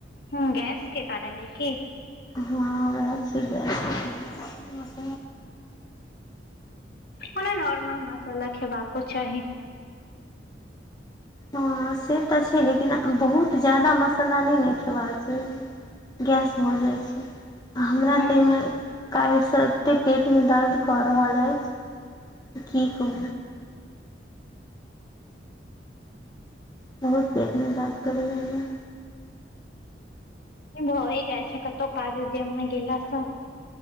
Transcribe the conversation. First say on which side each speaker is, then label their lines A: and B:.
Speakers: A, on the left; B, on the left.
A: ह गैस कें कारण अइ कि
B: हँ उहा छै गैस
A: ओना नॉर्मल मसाला खेबाक चाही
B: हँ से तऽ छैक लेकिन बहुत ज्यादा मसाला नहि न खयबाक चाहि गैस भऽ जाइत छैक हमरा
A: ह
B: ताहिमे काल्हिसँ एते पेटमे दर्द कऽ रहल अछि की क बहुत पेटमे दर्द करैए हमरा
A: भए जाइ छै कतहु काज उद्यममे गेलासँ